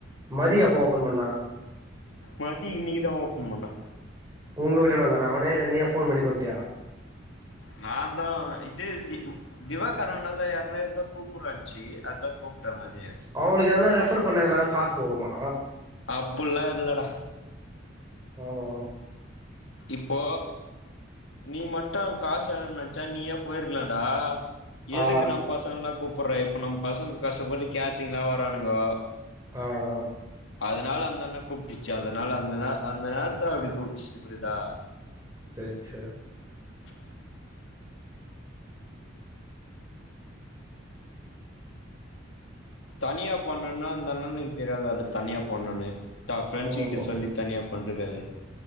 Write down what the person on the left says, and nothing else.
மதி இன்னக்கிதா ஓப்பன்பண்ணா
நா தா இது தி திவாகர்அண்ணாதா யார்ன்னா இர்ந்த கூப்புட்றான்ச்சி அத்தா கூப் ட்ட மதிய
அப்புல்லா இல்லடா
இப்போ நீ மட்டு காசுசெலவுன் நென்ச்சா நீயே போயிர்க்கலான்டா எதுக்கு
நம் பசங்குல்லா கூப்புற்ற இப்ப நம்பசங்க கஷ்டப்பட்டு கேட்ரிங்ல்லா வரானுங்கோ
அதுனால அந்த அண்ண கூப்டுச்சு அதனால அந்த நெ அந்த நேரத்துல அப்டி கூப்ட்டுச்சு புரிதா
<inaudible> தனியா பண்ணன்னா அந்த அண்ணனுக் தெரியாத அந்த தனியா பண்ணுண்ணு த ஃப்ரெண்ட்ஸ்ஸு
கிட்ட
சொல்லி தனியாப் பண்டுக்காது